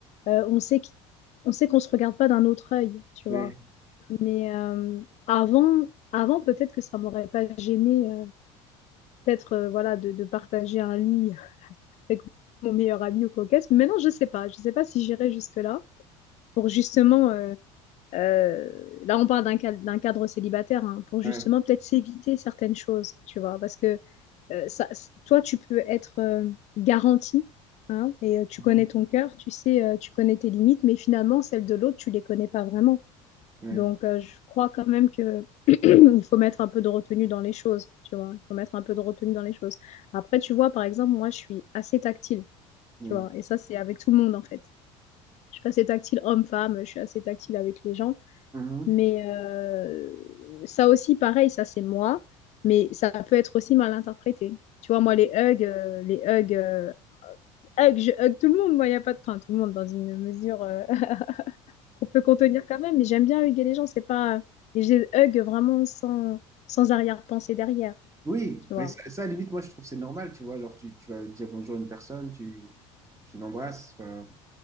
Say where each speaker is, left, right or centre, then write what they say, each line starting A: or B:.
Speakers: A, on the left (about 50°); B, on the right (about 20°).
A: euh, on sait qu'on on sait qu'on se regarde pas d'un autre œil, tu
B: Oui.
A: vois. Mais euh, avant, avant peut-être que ça m'aurait pas gêné, euh, peut-être euh, voilà, de, de partager un lit avec mon meilleur ami ou coquette. Mais maintenant, je sais pas. Je sais pas si j'irai jusque-là pour justement. euh, euh, là, on parle d'un cadre, d'un cadre célibataire hein, pour justement
B: Ouais.
A: peut-être s'éviter certaines choses, tu vois, parce que euh, ça, c- toi, tu peux être euh, garanti hein, et euh, tu
B: Mhm.
A: connais ton cœur, tu sais, euh, tu connais tes limites, mais finalement, celles de l'autre, tu les connais pas vraiment.
B: Ouais.
A: Donc, euh, je crois quand même que <clears throat> il faut mettre un peu de retenue dans les choses, tu vois. Il faut mettre un peu de retenue dans les choses. Après, tu vois, par exemple, moi, je suis assez tactile,
B: Oui.
A: tu vois. Et ça, c'est avec tout le monde, en fait. Je suis assez tactile homme-femme, je suis assez tactile avec les gens.
B: Mhm.
A: Mais euh, ça aussi, pareil, ça, c'est moi. Mais ça peut être aussi mal interprété. Tu vois, moi, les hugs, euh, les hugs, euh, hugs, je hug tout le monde. Moi, il n'y a pas de... Enfin, tout le monde dans une mesure euh, <laughs> qu'on peut contenir quand même, mais j'aime bien huguer les gens, c'est pas... Et je les hug vraiment sans, sans arrière-pensée derrière,
B: Oui,
A: tu vois.
B: mais ça, ça, à la limite, moi, je trouve que c'est normal, tu vois. Genre, tu, tu vas dire bonjour à une personne, tu, tu l'embrasses, enfin,